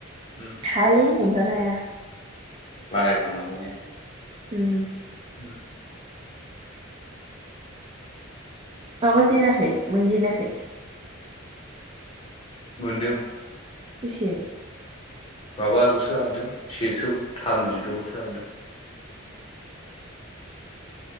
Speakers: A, on the left; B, on the right.
A: उम
B: हायालै हमथानो हाया।
A: लागायफ्लांनायखौ ने
B: ओम
A: उम
B: माबाजेनाखै मोनजेनाखै?
A: मोनदों
B: बेसे?
A: माबाल'सो हाबदों सेजौ थामजिद'ल'सो हाबदों।
B: ए